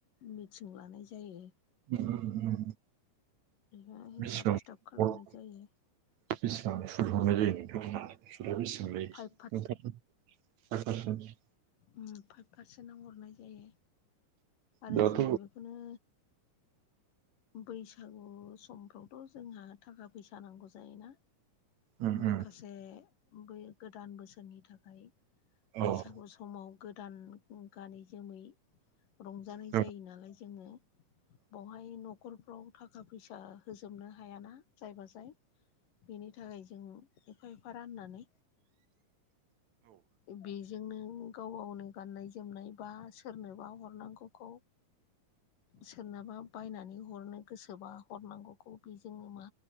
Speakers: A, on the left; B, on the right.
A: मिटिं लानाय जायो।
B: ओम ओम
A: बेहाय हिसाब
B: बिसिबां
A: खिथाब खालामनाय
B: हर
A: जायो
B: बिसिबां सुथ हरनाय जायो नोंथमोनहा सुथयाव बेसेबांलायो
A: फाइभ
B: नोंथां
A: ओम फाइभ पारसेन्टाव हरनाय जायो आरो
B: दाथ'
A: जोङो
B: उम
A: बेखौनो बैसागु समफ्रावथ' जोंहा थाखा फैसा नांगौ जायोना
B: उम
A: माखासे बै गोदान बोसोरनि थाखाय बैसागु
B: औ
A: समाव गोदान गानै जोमै रंजानाय
B: औ ए औ
A: जायो नालाय जोङो बेवहाय न' फ्राव थाखा फैसा होजोबनो हायाना जायबा जाय बेनि थाखाय जों एफा एफा राननानै बेजोंनो गाव गावनो गाननाय जोमनाय बा सोरनोबा हरनांगौखौ सोरनाबा बायनानै हरनो गोसोबा हरनांगौखौ बेजोंनो मा